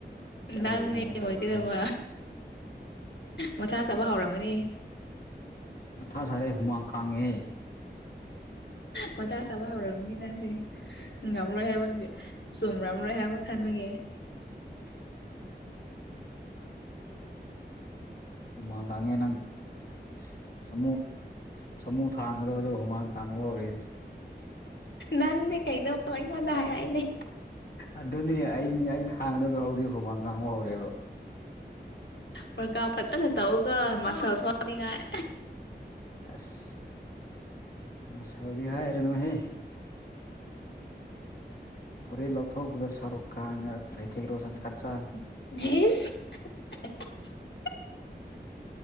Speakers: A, on the left; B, on the left.
A: ꯀꯔꯤꯅꯣꯅꯦ
B: ꯅꯪꯅꯦ ꯑꯣꯏꯒꯗꯧꯕ
A: ꯇꯧꯔꯤꯁꯦ
B: ꯃꯊꯥ ꯁꯥꯕ ꯍꯧꯔꯝꯒꯅꯤ
A: ꯃꯊꯥ ꯁꯥꯔꯦ ꯍꯨꯃꯥꯡ ꯀꯥꯡꯉꯦ
B: ꯃꯖꯥ ꯆꯥꯕ ꯍꯧꯔꯝꯅꯤ ꯅꯪꯁꯦ ꯉꯝꯂꯣꯏ ꯍꯥꯏꯕ ꯆꯨꯝꯔꯝꯔꯣꯏ ꯍꯥꯏꯕ ꯈꯟꯕꯒꯤꯦ
A: ꯎꯝ ꯍꯨꯃꯥꯡ ꯀꯥꯡꯥꯡꯉꯦ ꯅꯪꯃꯨ ꯁꯥꯃꯨ ꯊꯥꯡꯒꯗꯕꯗ ꯍꯨꯃꯥꯡ ꯀꯥꯡꯕ ꯍꯧꯔꯦꯅꯦ
B: ꯅꯪꯅꯦ ꯀꯩꯅꯣ ꯑꯩꯉꯣꯟꯗ ꯍꯥꯏꯔꯛꯏꯅꯦ
A: ꯑꯗꯨꯅꯦ ꯑꯩꯅꯦ ꯑꯩ ꯊꯥꯡꯒꯗꯗꯣ ꯍꯧꯖꯤꯛ ꯍꯨꯃꯥꯡ ꯀꯥꯡꯕ ꯍꯧꯔꯦꯕ
B: ꯄ꯭ꯔꯀꯥ ꯐꯖꯅ ꯇꯧꯒ ꯃꯥꯁꯜ ꯁꯥꯎꯅꯤꯡꯉꯥꯏ
A: ꯑꯁ ꯃ ꯁꯥꯥꯎꯗꯤ ꯍꯥꯏꯅꯣꯍꯦ ꯄꯨꯔꯔꯤ ꯂꯧꯊꯣꯛꯄꯗ ꯁꯔꯨꯛ ꯈꯉ ꯔꯤꯊꯤꯛ ꯔꯣꯁꯟ ꯀꯠꯆꯅꯤ
B: ꯁ